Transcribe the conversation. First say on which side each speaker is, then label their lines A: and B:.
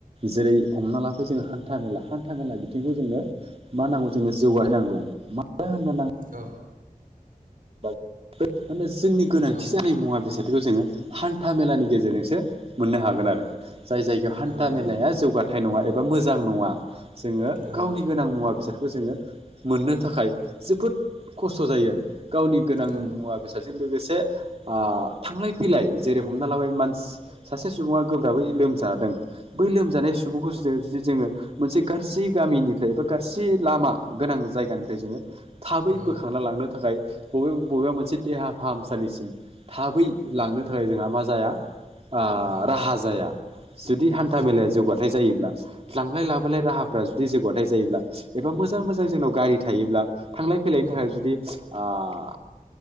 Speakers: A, on the right; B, on the right.
A: जेरै- हमना लाफै जोङो हान्था मेला हान्था मेला बिथिंखौ जोङो मा नांगौ जों जौगाहोनांगौ मानो होनो नां
B: औ
A: माने जोंनि गोनांथि
B: औ
A: जानाय मुवा बेसादखौ जोङो हान था मेलानि गेजेरजोंसो मोननो हागोन आरो जाय जायगायाव हान्था
B: नंगौ नंगौ
A: मेलाया जौगाथाय नङा ए बा मोजां नङा। जोङो
B: नंगौ
A: गावनि गोनां मुवा बेसादखौ जोङो मोननो थाखाय जोबोद खस्थ' जायो आरो गावनि गोनां
B: औ
A: मुवा बेसादजों लोगोसे ओ थांलाय फैलाय जेरै- हमना लाबाय मानस सासे सुबुङा गोब्राबै लोमजादों बै लोमजानाय सुबुंखौ जो जोद जोङो मोनसे गाज्रि गामिनिफ्राय एबा गाज्रि लामा गोनां जायगानिफ्राय जोङो थाबै
B: औ
A: बोखांना लांनो थाखाय बबे बबेबा मोनसे देहा फाहामसालिसिम थाबै लांनो थाखाय जोंहा मा जाया ओ
B: औ
A: राहा जाया जुदि हान्था
B: नंगौ
A: मेलाया जौगाथायाइ जायोब्ला लांलाय लाबोलाय राहाफ्रा जुदि जौगाथाय जायोब्ला एबा मोजां मोजां जोंनाव गारि थायोब्ला थांलाय फैलायनि
B: औ
A: थाखाय जुदि ओ